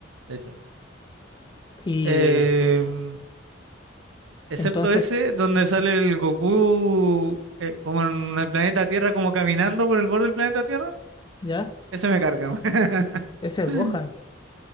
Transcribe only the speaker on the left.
Y
entonces,
¿ya?
Ese es
Gohan.